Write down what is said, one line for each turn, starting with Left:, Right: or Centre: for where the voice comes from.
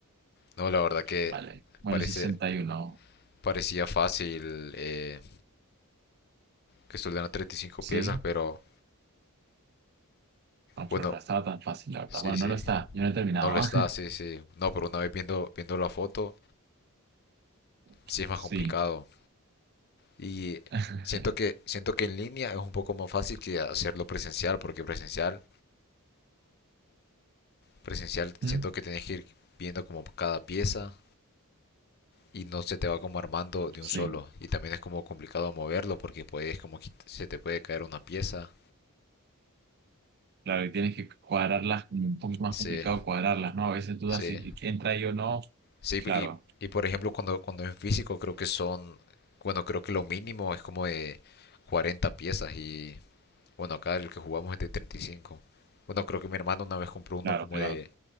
Left: No, la verdad que
Right: Vale. Bueno,
Left: parece,
Right: sesenta y uno
Left: parecía fácil eh, que soldaran treinta y cinco
Right: Sí.
Left: piezas, pero
Right: No,
Left: bueno,
Right: pero no estaba tan fácil, la verdad.
Left: sí,
Right: Bueno,
Left: sí,
Right: no lo está. Yo no he terminado.
Left: no lo está, sí, sí. No, pero una vez viendo, viendo la foto,
Right: <laughs>
Left: sí es más complicado.
Right: Sí.
Left: Y
Right: <laughs>
Left: siento que, siento que en línea es un poco más fácil que hacerlo presencial, porque presencial, presencial siento
Right: ¿Mm?
Left: que tenés que ir viendo como cada pieza y no se te va como armando de
Right: Sí.
Left: un solo. Y también es como complicado moverlo porque puedes como quit- se te puede caer una pieza.
Right: Claro, y tienes que cuadrarlas, como un poquito más
Left: Sí,
Right: complicado cuadrarlas, ¿no? A veces dudas
Left: sí.
Right: si entra ahí o no.
Left: Sí,
Right: Claro,
Left: y, y por ejemplo, cuando, cuando en físico creo que son, bueno, creo que lo mínimo es como de 40 piezas y, bueno, acá el que jugamos es de treinta y cinco Bueno, creo que mi hermano una vez compró uno
Right: claro,
Left: como
Right: claro.
Left: de,